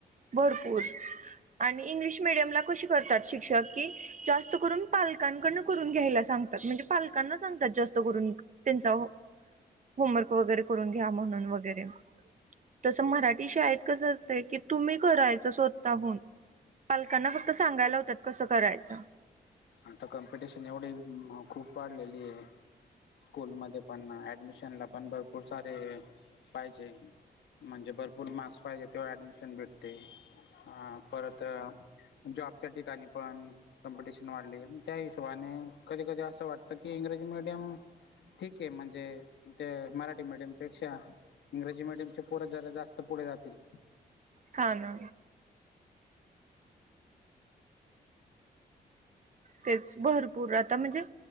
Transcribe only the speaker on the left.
आता कॉम्पिटिशन एवढी म खूप वाढलेली आहे. स्कूलमध्ये पण ऍडमिशन ला पण भरपूर सारे अ पाहिजे. म्हणजे भरपूर मार्क्स पाहिजे तेव्हा ऍडमिशन भेटते हां. परत अ जॉबच्या ठिकाणी पण कॉम्पिटिशन वाढली त्या हिशोबानी कधी कधी असं वाटतं की इंग्रजी मीडियम ठीकय म्हंजे ते मराठी मीडियम पेक्षा इंग्रजी मीडियमचे पोरं जादा जास्त पुढे जातील.